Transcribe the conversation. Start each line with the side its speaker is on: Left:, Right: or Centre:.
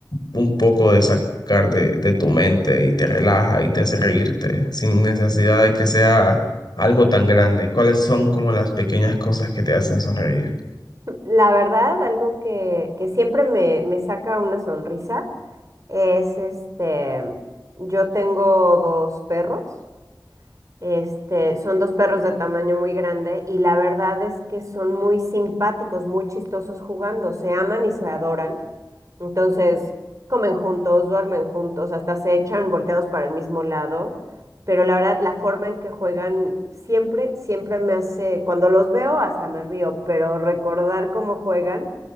Left: un poco de sacar de, de tu mente y te relaja y te hace reírte sin necesidad de que sea algo tan grande. ¿Cuáles son como las pequeñas cosas que te hacen sonreír?
Right: La verdad, algo que, que siempre me, me saca una sonrisa es este, yo tengo dos perros Este, son dos perros de tamaño muy grande y la verdad es que son muy simpáticos, muy chistosos jugando, se aman y se adoran. Entonces, comen juntos, duermen juntos, hasta se echan volteados para el mismo lado. Pero la verdad, la forma en que juegan siempre, siempre me hace, cuando los veo hasta me río, pero recordar cómo juegan,